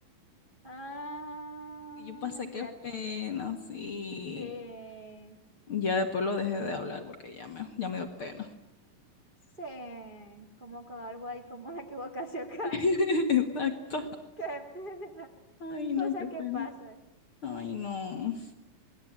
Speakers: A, on the right; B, on the left.
A: Ah,
B: Y yo pasé qué
A: ya
B: pena,
A: con.
B: sí.
A: Sí,
B: Ya después lo dejé de hablar porque ya me, ya me dio pena.
A: sí, como con algo ahí, como una equivocación <laughs> casi.
B: <laughs> Exacto.
A: Qué pena.
B: Ay,
A: Cosas
B: no, qué pena.
A: que pasan.
B: Ay, no.